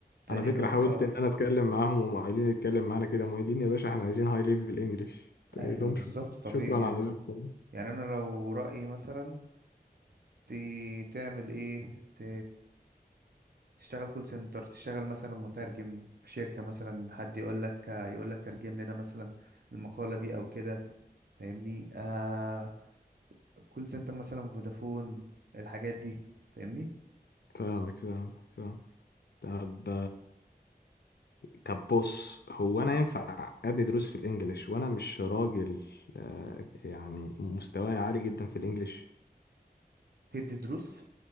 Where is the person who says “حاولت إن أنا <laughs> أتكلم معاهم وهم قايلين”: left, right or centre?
Left